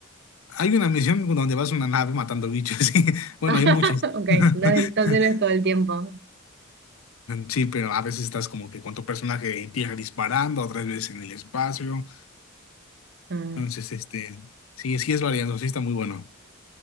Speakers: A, on the left; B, on the right.
A: Hay una misión donde vas a una nave matando bichos. <laughs> sí. Bueno,
B: <laughs>
A: hay muchas.
B: Ok,
A: <laughs>
B: no, entonces no es todo el tiempo.
A: Sí, pero a veces estás como que con tu personaje en tierra disparando, otras veces en el espacio.
B: Ah,
A: Entonces, este, sí, sí es variado, sí está muy bueno.